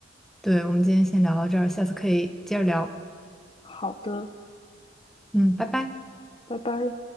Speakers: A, in the centre; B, on the left.
A: 对，我们今天先聊到这儿，下次可以接着聊。
B: 好的，
A: 嗯，拜拜。
B: 拜拜。